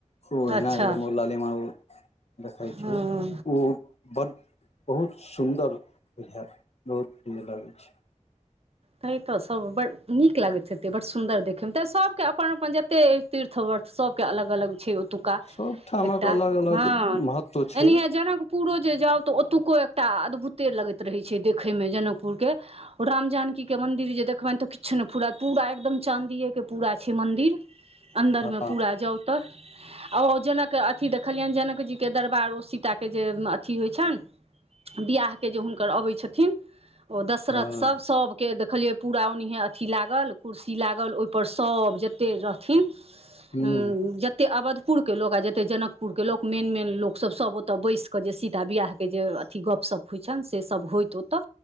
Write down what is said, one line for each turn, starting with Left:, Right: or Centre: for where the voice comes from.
Left: ओ एनाद
Right: अच्छा
Left: लाले म देखइ
Right: हँ
Left: छै ओ बड़ बहुत सुन्दर बुझाय बहुत प्रिय लागै छै
Right: ता तऽ सभ बड नीक लागैत छैे बड़ सुन्दर देखयमे तऽ सभके अपन अपन एते तीर्थ वर्त सबके अलग अलग छै ओतुका
Left: सबठामक
Right: एकटा
Left: अलग अलग
Right: हँ
Left: महत्व छै
Right: एनीह जनकपुरो जे जाउ तऽ ओतुको एकटा अदभुत अदभुत लगैत रहै छै देखे में जनकपुर के राम जानकी के मन्दिर जे देखबनि तऽ किछु नहि पूरात पूरा एकदम चाँदिेके पूरा छै मन्दिर अन्दरमे
Left: हँ
Right: पूरा जाउ त अ ओ जनक अथि देखलियनि जनकजीके दरबार ओ सीताके जे अथी होइ छइन विहाके जे हुनकर अबैत छथिन ओ दशरथसभ
Left: हँ
Right: सभ देखलियै पूरा ओनाहे अथी लागल कुर्सी लागल ओहिपर सब जतेक रहथिन
Left: हूँ
Right: ह जतेक अबध पुर के लोक आ जतेक जनकपुरके लोक मेन मेन लोकस सभ ओतऽ बैस कऽ जे सीता बिआहके जे गप सब होइ छनि से सब होइत ओतऽ